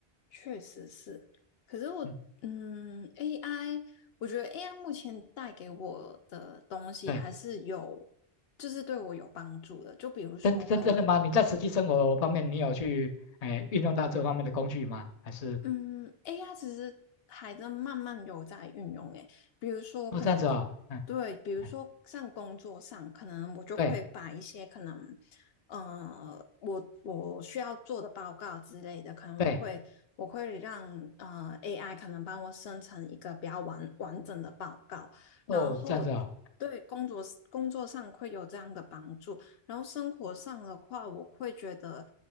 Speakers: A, on the left; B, on the left.
A: 确实是，可是我，
B: 嗯，
A: 嗯，AI，我觉得 AI 目前带给我的东西还是有，
B: 对。
A: 就是对我有帮助的，就比如说可能
B: 真真真的吗？你在实际生活方面，你有去哎运用到这方面的工具吗？还是
A: 嗯，AI 其实还在慢慢有在运用诶，比如说可能工，
B: 哦这样子哦，嗯
A: 对，比如说像工作上，
B: 嗯，
A: 可能我就会把一些可能，
B: 对
A: 呃，我我需要做的报告之类的，可能我会我会让呃
B: 对，
A: AI 可能帮我生成一个比较完完整的报告，
B: 哦这样子哦，
A: 然后对工作工作上会有这样的帮助。然后生活上的话，我会觉得，